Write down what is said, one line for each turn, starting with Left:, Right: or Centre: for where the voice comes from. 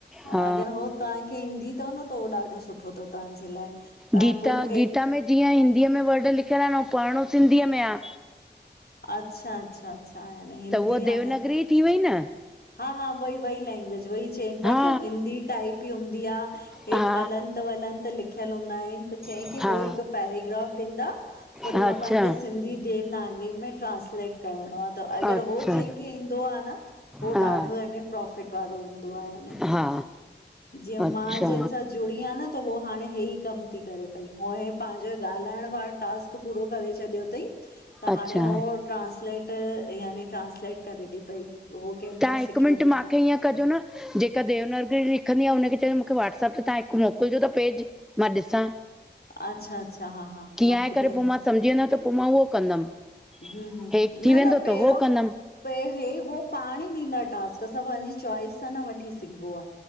Centre: हा
Left: अगर हो तां खे ईंदी थव न त उहो ॾाडो सुठो थव तांजे लाए तां
Centre: गीता
Left: पोइरी इ
Centre: गीता में जीअं हिंदीअ में वर्ड लिखियल आहिन ऐं पढ़णो सिंधीअ में आ
Left: अच्छा अच्छा अच्छा याने हिंदी
Centre: त उहा
Left: याने
Centre: देवनगरी थी वई न
Left: हा हा उवई वई लैंग्वेज वई चेंइन
Centre: हा
Left: पि की हिंदी टाइप ई हूंदी आ हेठि
Centre: हा
Left: हलंत वलंत लिखियल हूंदा आहिन त चयईं
Centre: हा
Left: की हू हिक पैरेग्राफ ॾींदा वरी
Centre: हा
Left: उहा
Centre: अच्छा
Left: पाण खे सिंधी देवनागरी में ट्रांसलेट करणो आ त अगर
Centre: अच्छा
Left: हो जंहिंखे ईंदो आ न उ
Centre: हा
Left: ॾाढो न प्रोफिट वारो हूंदो आहे
Centre: हा
Left: जीअं
Centre: अच्छा
Left: मां जंहिंस जुड़ी आ न त हो हाणे हे ई कम थी करे पई हो हे पांहिंजन ॻालाइण वारो टास्क पूरो करे छॾियो थई त
Centre: अच्छा
Left: हाणे हो ट्रांसलेट यानी ट्रांसलेट करे थी पई हो कंहिंसां
Centre: तां हिक
Left: सिखे
Centre: मिंट
Left: थी
Centre: मां इअं कजो न जेका देवनागरी लिखंदी आ हुनखे चइजो मूंखे वाट्सप ते तव्हां हिकु मोकिलजो त पेज मां ॾिसां
Left: अच्छा अच्छा हा हा
Centre: कीअं
Left: मां
Centre: आहे
Left: ॿुधाईंदी
Centre: करे पोइ मां सम्झी वेंदा त पो मां उहो कंदमि।
Left: हम हम
Centre: हेठि थी
Left: न
Centre: वेंदो
Left: न पहिरियों
Centre: त उहो कंदमि
Left: हे हो पाण ई ॾींदा टास्क असां पंहिंजी चॉइस सां न वठी सघबो आ।